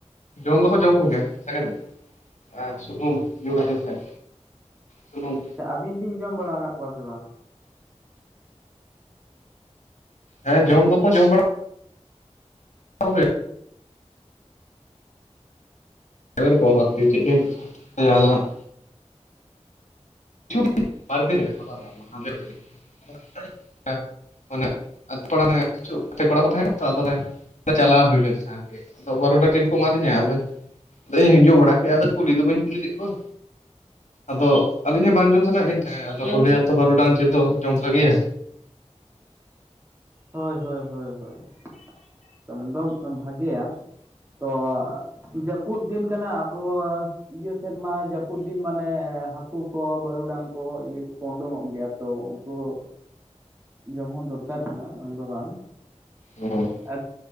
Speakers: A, on the left; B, on the right.
A: ᱡᱚᱢ ᱫᱚᱠᱚ ᱡᱚᱢ ᱠᱚ ᱜᱮᱭᱟ ᱥᱟᱜᱮᱱ ᱟᱨ ᱥᱩᱱᱩᱢ ᱧᱩᱨ ᱞᱮᱱ ᱞᱮᱱᱠᱷᱟᱡ᱾ ᱥᱩᱱᱩᱢ,
B: ᱟᱪᱪᱷᱟ ᱟᱹᱵᱤᱱ ᱵᱤᱱ ᱡᱚᱢ ᱵᱟᱲᱟ ᱟᱠᱟᱜ ᱠᱚᱣᱟ ᱥᱮ ᱵᱟᱝ?
A: ᱦᱮᱸ ᱡᱚᱢ ᱫᱚᱠᱚ ᱡᱚᱢ ᱵᱟᱲᱟ, ᱠᱚ ᱜᱮᱭᱟ᱾ ᱵᱟᱨ ᱠᱚ ᱟᱯᱮ ᱴᱷᱮᱜ ᱜᱮ ᱪᱮᱜ ᱜᱮ ᱡᱟᱦᱟᱸ ᱫᱚ ᱦᱟᱸᱜ, ᱡᱩᱫᱤ ᱵᱟᱨ ᱯᱮ <unintelligible> ᱢᱟᱱᱮ ᱟᱛᱳ ᱯᱟᱲᱟ ᱦᱟᱱᱮ ᱠᱤᱪᱷᱩ ᱜᱟᱛᱮ ᱠᱚᱲᱟ ᱠᱚ ᱛᱟᱦᱮ ᱠᱟᱱᱟ ᱛᱚ ᱟᱫᱚ ᱚᱱᱮ ᱪᱟᱞᱟᱣ ᱦᱩᱭ ᱞᱮᱱ ᱛᱟᱦᱮᱸᱫ, ᱟᱫᱚ ᱵᱟᱨᱩᱰᱟᱝ ᱡᱮᱞ ᱠᱚ ᱮᱢᱟᱫᱤᱧᱟ ᱟᱫᱚ ᱤᱧᱦᱚᱧ ᱡᱚᱢ ᱵᱟᱲᱟ ᱠᱮᱜᱼᱟ ᱟᱫᱚ ᱠᱩᱞᱤ ᱫᱚ ᱵᱟᱹᱧ ᱠᱩᱞᱤ ᱞᱮᱜ ᱠᱚᱣᱟ᱾ ᱟᱫᱚ ᱟᱹᱞᱤᱧ ᱦᱚᱸ ᱵᱟᱝ ᱡᱚᱢ ᱥᱟᱱᱟᱭᱮᱜ ᱞᱤᱧ ᱛᱟᱦᱮᱜ ᱟᱫᱚ ᱠᱚ ᱞᱟᱹᱭᱟ ᱛᱚ ᱵᱟᱨᱩᱰᱟᱝ ᱡᱮᱞ ᱫᱚ ᱡᱚᱢ ᱵᱷᱟᱜᱮᱭᱟ,
B: ᱦᱳᱭ ᱦᱳᱭ ᱦᱳᱭ ᱦᱳᱭ ᱡᱚᱢ ᱫᱚ ᱵᱷᱟᱜᱮᱭᱟ ᱛᱚ, ᱡᱟᱹᱯᱩᱫ ᱫᱤᱱ ᱠᱟᱱᱟ ᱟᱵᱚ ᱤᱭᱟᱹ᱾ ᱟᱞᱮ ᱥᱮᱫ ᱢᱟ ᱡᱟᱹᱯᱩᱫ ᱫᱤᱱ ᱢᱟᱱᱮ ᱦᱟᱹᱠᱩ ᱠᱚ ᱵᱟᱹᱨᱩᱰᱟᱝ ᱠᱚ ᱤᱭᱟᱹ ᱠᱚᱠᱚ ᱩᱰᱸᱩᱝᱚᱜ ᱜᱮᱭᱟ ᱛᱚ, ᱠᱚ ᱡᱚᱢ ᱦᱚᱸ ᱫᱚᱨᱠᱟᱨ ᱠᱟᱱᱟ ᱵᱟᱝ ᱫᱚ ᱵᱟᱝ,
A: ᱦᱩᱸ,
B: ᱟᱨ